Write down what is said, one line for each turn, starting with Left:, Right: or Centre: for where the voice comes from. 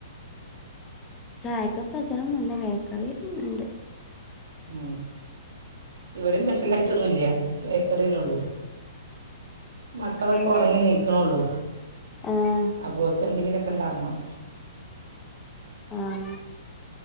Left: ചായക്ക് സ്പെഷൽ ഒന്നുമില്ല, ബേക്കറി ഉണ്ട്.
Right: ഉ ഇവിടെയും സ്പെഷ്യലായിട്ടൊന്നുമില്ല, ബേക്കറീനുള്ളൂ. മക്കളൊക്കെ
Left: ആഹ്
Right: ഉറങ്ങി നീക്കണള്ളൂ
Left: ആഹ്
Right: അപ്പോക്കെ എന്തെങ്കില ഒക്ക ഉണ്ടാക്കണം.
Left: ആഹ